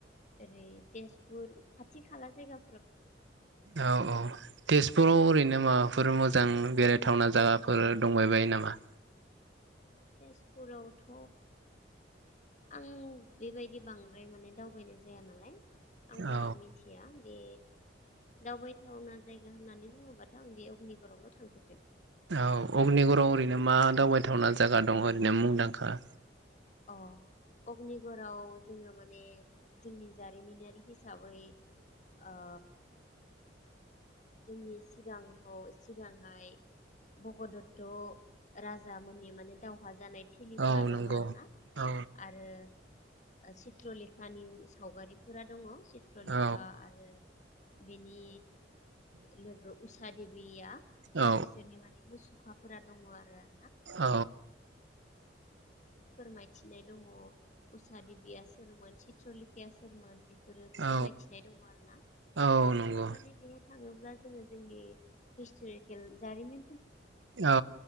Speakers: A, on the left; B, on the right.
A: ओरै तेजपुर खाथि खाला जायगा
B: औ औ तेजपुर ओरैनो माबाफोर मोजां बेरायथावना जागाफोर दंबाय बायो नामा?
A: तेजपुरावथ' आं बेबायदि बांद्राय माने दावबायनाय जाया नालाय आं बारा
B: औ
A: मिथिया। बे दावबायथावना जायगा होननानै बुङोबाथ' आं बे अग्निगरावल' थांफेरदों।
B: औ अग्निगराव ओरैनो मा दावबायथावना जागा दं ओरैनो मुंदांखा?
A: अ अग्निगराव जोङो माने जोंनि जारिमिनारि हिसाबै ओ जोंनि सिगाङाव सिगांहाय भगदत्त राजामोनि माने दावहा जानाय थिलिफोरा
B: औ
A: दङ
B: नंगौ
A: आरोना
B: औ
A: आरो ओ चित्र लेखानि सावगारिफोरा दङ। चित्रलेखा
B: औ
A: आरो बेनि लोगो उसादेबिया
B: औ
A: बिसोरनि माने मुसु अखाफोरा दङ आरो <inaudible>
B: औ
A: फोरमायथिनाय दङ उसा देबिया सोरमोन चित्रलेखाया सोरमोन? बेफोरो फोरमायथिनाय
B: औ
A: दङ आरो ना
B: औ नंगौ
A: माने बे थाङोब्ला जोङो जोंनि हिसतरिखेल जारिमिन
B: औ